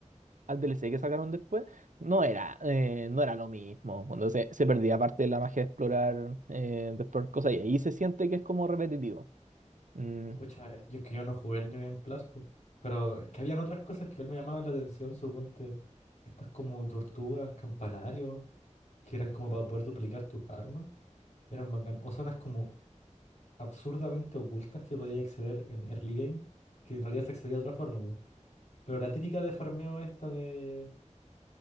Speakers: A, on the right; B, on the left.
A: al DLC que sacaron después, no era, eh, no era lo mismo. Cuando se, se perdía parte de la magia de explorar, eh, de explorar cosas y ahí se siente que es como repetitivo. Mm,
B: Pucha, es- yo es que yo no jugué el New Game Plus, po. Pero es que habían otras cosas que igual me llamaban la atención, suponte. Estas como tortugas, campanarios, que eran como para poder duplicar tus armas. Eran bacán. O zonas como absurdamente ocultas que podías acceder en early game, que en realidad se accedía de otra forma, po. Pero la típica de farmeo esta de